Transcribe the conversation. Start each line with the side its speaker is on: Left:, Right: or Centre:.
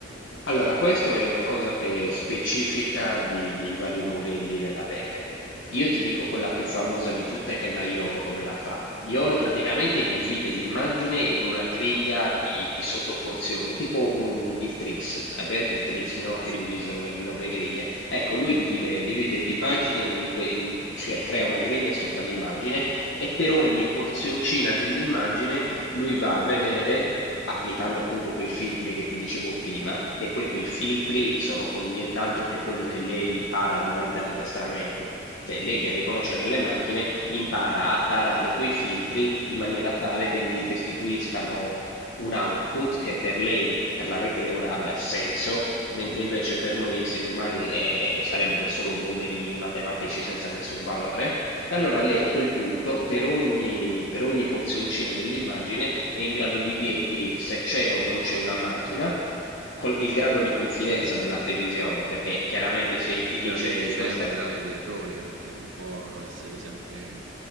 Left: Allora, questo è una cosa che è specifica di, dei vari modelli della rete. Io ti dico quella più famosa di tutte che è la YOLO, come la fa. YOLO praticamente divide l'immagine in una griglia di, di sottoporzioni, tipo un- il tris. Hai presente il tris, no? Che
Right: Sì,
Left: è diviso in nove griglie. Ecco, lui divide, divide l'immagine, in que- in- cioè crea una griglia sopra l'immagine e per ogni porzioncina dell'immagine lui va a vedere, applicando appunto quei filtri che ti dicevo prima, e poi quei filtri sono con nient'altro che quello che lei impara durante l'addestramento. Cioè, lei per riconoscere le macchine impara a tarare quei filtri in maniera tale che gli restituiscano un output che per lei, per la rete neurale, ha senso, mentre invece per noi esseri umani eh, sarebbero solo numeri matematici senza nessun valore. E allora lei a quel punto, per ogni, per ogni porzioncina dell'immagine, è in grado di dirti se c'è o non c'è una macchina, col- il grado di confidenza della previsione, perché chiaramente se ti
Right: Chiaramente
Left: dice in
Right: c'è
Left: questa...
Right: un
Left: ri-
Right: grado di errore perché non può essere sempre,